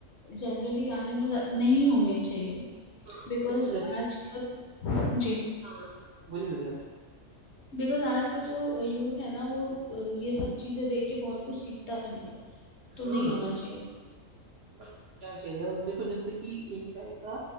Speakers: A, on the left; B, on the right.
A: जनरली गाने में जा- नहीं होने चाहिए
B: हाँ
A: बिकॉज
B: देखो जैसे
A: आज का जी
B: हाँ बोलिए बोलिए आप बोलिए।
A: बिकॉज आज का जो यूथ है ना वो अ, ये सब चीजें देख के बहुत कुछ सीखता भी है तो
B: हाँ
A: नहीं होना चाहिए
B: बट क्या किया जाए अब देखो जैसे कि एक टाइम था